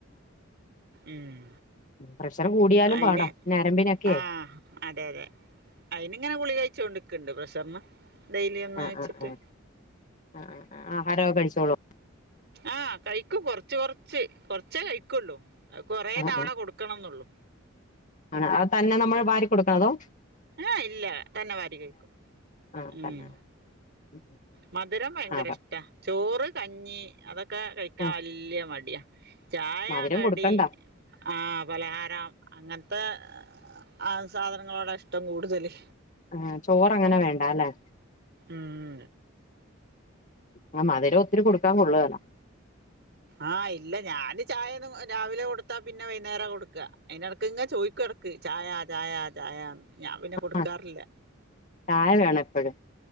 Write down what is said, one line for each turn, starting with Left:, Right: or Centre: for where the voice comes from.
Right: ഉം.
Left: പ്രഷറ് കൂടിയാലും
Right: അയിന്
Left: പാടാ ഞരമ്പിനൊക്കെയെ.
Right: ആഹ് അതെ അതെ അയ്ന്ന് ഇങ്ങനെ ഗുളിക കഴിച്ചോണ്ട് നിക്ക്ന്ന്ണ്ട് പ്രഷറിന്. ഡെയിലി ഒന്ന്
Left: ആഹ്
Right: വെച്ചിട്ട്
Left: ആഹ് ആഹ് ആഹ് ആഹാരൊക്കെ കഴിച്ചോളോ.
Right: ആഹ് കയ്ക്കും കൊറച്ച് കൊറച്ച് കൊറച്ചേ കഴിക്കുള്ളൂ കൊറേ
Left: ആഹ്
Right: തവണ
Left: ആഹ്
Right: കൊടു ക്കണം നോള്ളൂ.
Left: ആണ് അത് തന്നെ നമ്മൾ വാരി കൊടുക്കണതോ.
Right: ആഹ് ഇല്ല തന്നെ വാരി കഴിക്കും
Left: ആഹ്
Right: ഉം.
Left: തന്നെ <inaudible>
Right: മധുരം ഭയങ്കര
Left: ആഹ്
Right: ഇഷ്ടാ ചോറ് കഞ്ഞി അതൊക്കെ കഴിക്കാൻ
Left: ആഹ്
Right: വലിയ മടിയാ. ചായാ
Left: മധുരം
Right: കടി.
Left: കൊടുക്കണ്ട
Right: ആഹ് പലഹാരം അങ്ങനത്തെ ആഹ് സാധനങ്ങളോടാ ഇഷ്ടം കൂടുതല്.
Left: ആഹ് ചോറങ്ങനെ വേണ്ടാല്ലേ.
Right: ആഹ്
Left: ആഹ് മധുരം ഒത്തിരി കൊടുക്കാൻ കൊള്ളുകേല്ല
Right: ആഹ് ഇല്ല ഞാന് ചായ ഒന്നും രാവിലെ കൊടുത്താ പിന്നെ വൈകുന്നേരം കൊടുക്കുക അതിനിടക്ക് ഇങ്ങ് ചോയിക്കുക <unintelligible> ചായ ചായ ചായാന്ന് ഞാൻ പിന്നെ കൊടുക്കാറില്ലാ.
Left: ആഹ് ചായ വേണം എപ്പഴും